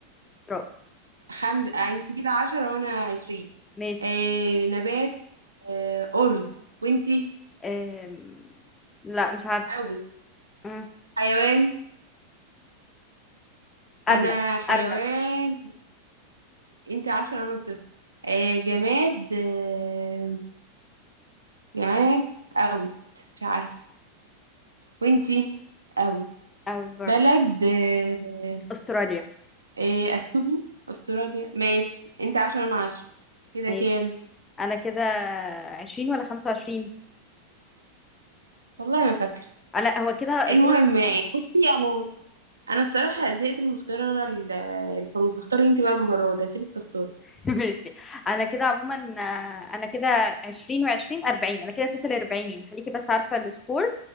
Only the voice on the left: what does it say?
إسراء
ماشي
آم، لا مش عارفة
مم.
أرنب
أرنب
أوت برضه
أستراليا
ماشي
أنا كده عشرين ولا خمسة وعشرين
آه، لا هو كده
كده
<laughs> ماشي أنا كده عموما آه، أنا كده عشرين وعشرين أربعين أنا كده توتال أربعين يعني خليكي بس عارفة السكور